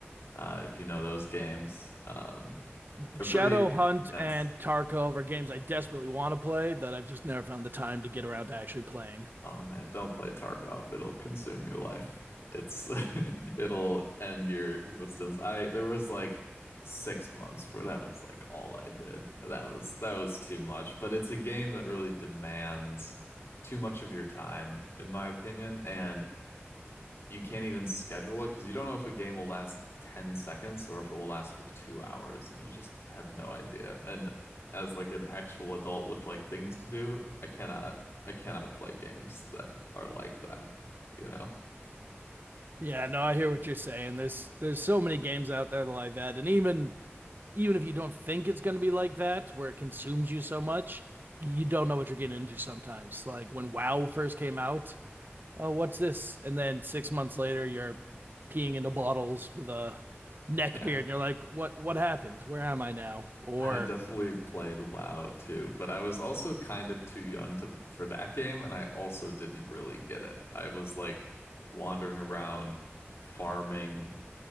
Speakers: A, on the left; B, on the right.
A: uh, if you know those games. Um, they're
B: Shadowhunt
A: pretty intense.
B: and Tarkov are games I desperately want to play that I've just never found the time to get around to actually playing.
A: Oh man, don't play Tarkov. It'll consume your life. It's <laughs> it'll end your existence. I there was like six months where that was like all I did. That was that was too much. But it's a game that really demands too much of your time, in my opinion, and you can't even schedule it because you don't know if a game will last 10 seconds or if it will last for two hours and you just have no idea. And as like an actual adult with like things to do, I cannot I cannot play games that are like that, you know?
B: Yeah, no, I hear what you're saying. There's there's so many games out there like that, and even even if you don't think it's going to be like that, where it consumes you so much, you don't know what you're getting into sometimes. Like when WoW first came out, oh, what's this? And then six months later, you're peeing into bottles with a neck
A: Yeah.
B: beard, and you're like, what, what happened? Where am I now? Or
A: I definitely played WoW too, but I was also kind of too young to for that game and I also didn't really get it. I was like wandering around farming